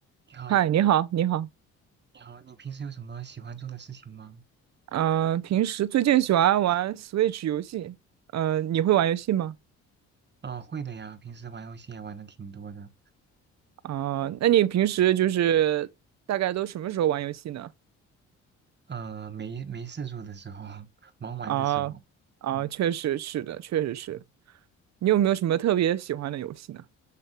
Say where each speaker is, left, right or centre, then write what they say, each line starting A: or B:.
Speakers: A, on the right (about 35°); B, on the right (about 60°).
A: 你好，
B: 嗨，你好，你好。
A: 你好，你平时有什么喜欢做的事情吗？
B: 嗯、呃平时最近喜欢玩 Switch 游戏。呃，你会玩游戏吗？
A: 嗯、会的呀，平时玩游戏也玩的挺多的。
B: 啊、那你平时就是大概都什么时候玩游戏呢？
A: 呃，没没事做的时候，<laughs> 忙完的时候，
B: 啊、啊、
A: 嗯
B: 确实是的，确实是。
A: 嗯
B: 你有没有什么特别喜欢的游戏呢？